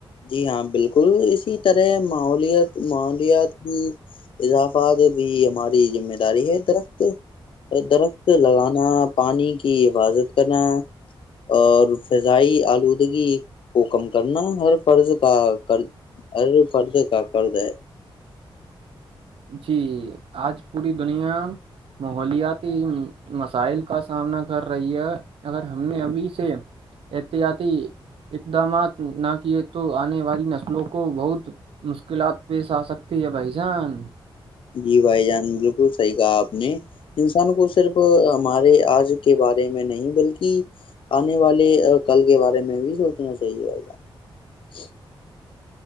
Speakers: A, on the left; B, on the right.
A: جی ہاں بالکل اسی طرح ماحولت ماحولیات کی اضافہ بھی ہماری ذمہ داری ہے درخت درخت لگانا پانی کی حفاظت کرنا اور فضائی آلودگی کو کم کرنا ہر پرڑض کا کر ار پرڑد کا کرڑد ہے
B: جی آج پوری دنیا ماحولیاتی مسائل کا سامنا کر رہی ہے اگر ہم نے ابھی سے احتیاطی اقدامات نہ کیے تو آنے والی نسلوں کو بہت مشکلات پیش آ سکتی ہے بھائی جان
A: جی بھائی جان بالکل صحیح کہا آپ نے انسان کو صرف ہمارے آج کے بارے میں نہیں بلکہ آنے والے کل کے بارے میں بھی سوچنا چاہیے بھائی جان